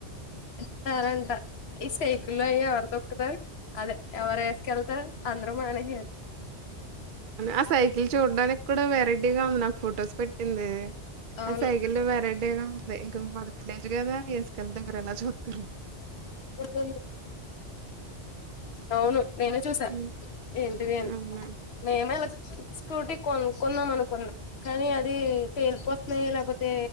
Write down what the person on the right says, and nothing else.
ఆ సైకిల్ చూడడానికి కూడా వెరైటీగా ఉంది నాకు ఫొటోస్ పెట్టింది
ఆ సైకిల్ వెరైటీగా ఇ మాది విలేజ్ కదా వసుకెళ్ళతే ఒక లాగా చూస్తారు
హ్మ్
అవును